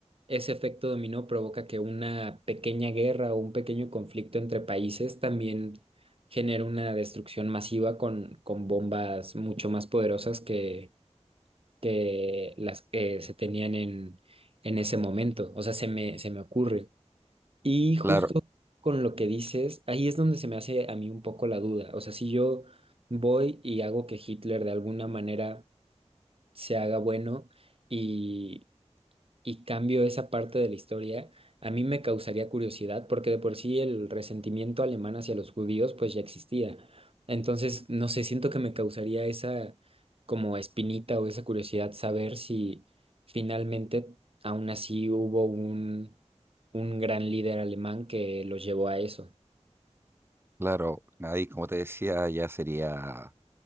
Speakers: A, on the right (about 50°); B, on the right (about 20°).
A: ese efecto dominó provoca que una pequeña guerra o un pequeño conflicto entre países también genere una destrucción masiva con, con bombas mucho más poderosas que que las que se tenían en, en ese momento. O sea, se me, se me ocurre. Y justo
B: claro,
A: con lo que dices, ahí es donde se me hace a mí un poco la duda. O sea, si yo voy y hago que Hitler de alguna manera se haga bueno y y cambio esa parte de la historia, a mí me causaría curiosidad porque de por sí el resentimiento alemán hacia los judíos pues ya existía. Entonces, no sé, siento que me causaría esa como espinita o esa curiosidad saber si finalmente aún así hubo un, un gran líder alemán que los llevó a eso.
B: claro. Ahí, como te decía, ya sería